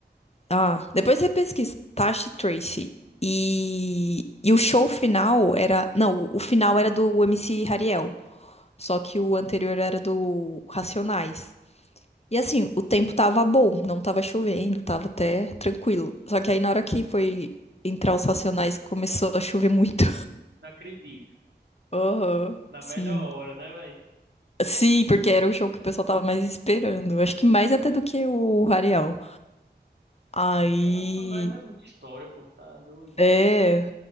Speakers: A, on the left; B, on the right.
A: Ah, depois você pesquisa Tasha Tracy. E, e o show final era. Não, o final era do MC Hariel. Só que o anterior era do Racionais. E assim, o tempo tava bom, não tava chovendo, tava até tranquilo. Só que aí na hora que foi entrar os Racionais, começou a chover muito.
B: Não acredito.
A: <laughs> Aham,
B: Na
A: sim.
B: melhor hora, né, velho?
A: Sim, porque era o show que o pessoal tava mais esperando. Acho que mais até do que o Rarial. Aí.
B: É, que Racionais é muita história, pô, tá doido.
A: É.